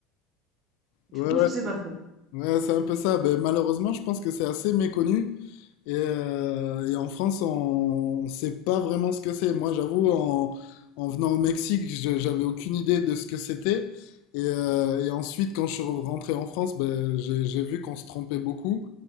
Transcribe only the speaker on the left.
Ouais,
ouais,
ouais, c'est un peu ça. Ben, malheureusement, je pense que c'est assez méconnu. Et, euh, et en France, on ne sait pas vraiment ce que c'est. Moi, j'avoue, en, en venant au Mexique, je- j'avais aucune idée de ce que c'était. Et, euh, et ensuite, quand je suis rentré en France, ben, j'ai j'ai vu qu'on se trompait beaucoup.